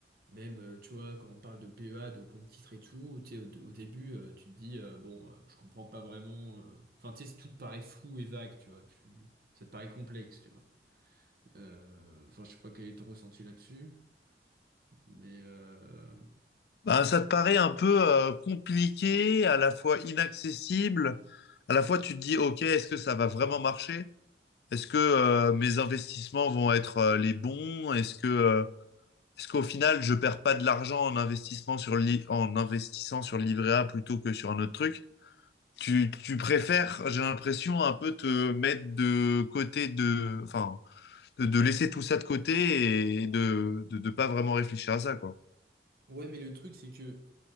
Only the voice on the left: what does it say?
Ben ça te paraît un peu euh, compliqué, à la fois inaccessible, à la fois tu te dis, OK, est-ce que ça va vraiment marcher? Est-ce que euh, mes investissements vont être euh, les bons? Est-ce que euh, est-ce qu'au final je perds pas de l'argent en investissement sur le li- en investissant sur le livret A plutôt que sur un autre truc? Tu, tu préfères, j'ai l'impression, un peu te mettre de côté de, enfin, de, de laisser tout ça de côté et de, de, de pas vraiment réfléchir à ça, quoi.